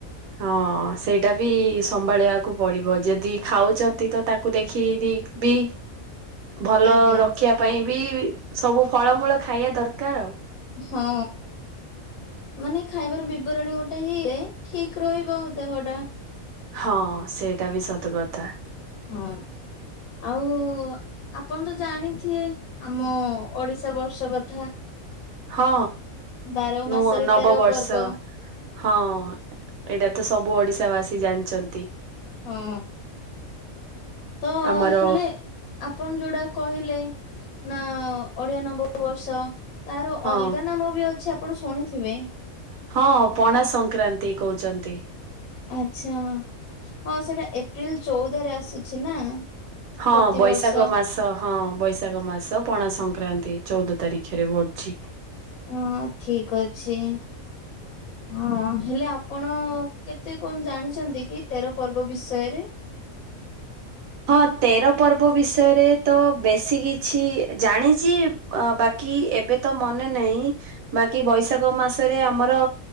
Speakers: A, on the right; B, on the left.
A: ହଁ ସେଇଟା ବି ସମ୍ଭାଳିଆକୁ ପଡିବ ଯେଦି ଖାଉଛନ୍ତି ତ ତାକୁ ଦେଖିକି ବି ଭଲ
B: ଆଜ୍ଞା
A: ରଖିବା ପାଇଁ ବି ସବୁ ଫଳମୂଳ ଖାଇଆ ଦରକାର ଆଉ।
B: ହଁ। ମାନେ ଖାଇବାର ବିବରଣୀ ଗୋଟେ ହେଲେ ଠିକ୍ ରହିବ ଦେହ ଟା।
A: ହଁ ସେଇଟା ବି ସତ କଥା।
B: ହଁ ଆଉ ଆ ଆପଣ ତ ଜାଣିଥିବେ ଆମ ଓଡିଶା ବର୍ଷ କଥା।
A: ହଁ
B: ବାର ମାସରେ
A: ନୂଆ ନବ
B: ତେର
A: ବର୍ଷ।
B: ପର୍ବ
A: ହଁ ଏଇଟା ତ ସବୁ ଓଡିଶା ବାସୀ ଜାଣିଛନ୍ତି।
B: ହଁ। ତ
A: ଆମର
B: ହେଲେ ଆପଣ ଯୋଉଟା କହିଲେ। ନା ଓଡିଆ ନବ ବର୍ଷ ତାର
A: ହଁ
B: ଅଲଗା ନାମ ବି ଅଛି ଆପ ଆପଣ ଶୁଣିଥିବେ।
A: ହଁ ପଣା ସଂକ୍ରାନ୍ତି କହୁଛନ୍ତି।
B: ଆଚ୍ଛା ହଁ ସେଇଟା ଏପ୍ରିଲ ଚଉଦରେ ଆସୁଛି ନା।
A: ହଁ
B: ପ୍ରତିବର୍ଷ
A: ବୈଶାଖ ମାସ। ହଁ ବୈଶାଖ ମାସ ପଣା ସଂକ୍ରାନ୍ତି ଚଉଦ ତାରିଖରେ ବଢୁଛି।
B: ହଁ ଠିକ ଅଛି ହଁ ହେଲେ ଆପଣ। କେତେ କଣ ଜାଣିଛନ୍ତି କି ତେର ପର୍ବ ବିଷୟରେ।
A: ହଁ ତେର ପର୍ବ ବିଷୟରେ ତ ବେଶୀ କିଛି ଜାଣିଛି ବାକି। ବାକି ଏବେ ତ ମନେ ନାହିଁ ବାକି ବୈଶାଖ ମାସରେ ଆମର